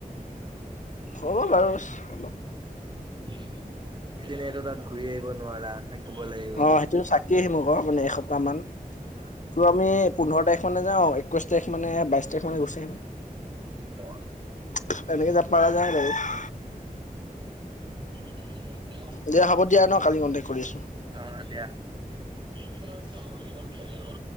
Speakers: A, on the left; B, on the right.
A: হ'ব বাৰু অলপ
B: সেইদিনেটো তাত ঘূৰি আহিব নোৱাৰা। <unintelligible>
A: অ সেইটোতো থাকি আহিমক মানে এসপ্তাহ মান। ত' আমি পোন্ধৰ তাৰিখ মানোওঁ, একৈশ তাৰিখ মানে বাইশ তাৰিখ মানে গুচি আহিম।
B: অ।
A: <unintelligible>
B: <unintelligible>
A: দিয়া হ'ব দিয়া ন কালি কণ্টেক্ট কৰি আছোঁ।
B: অ দিয়া। <unintelligible>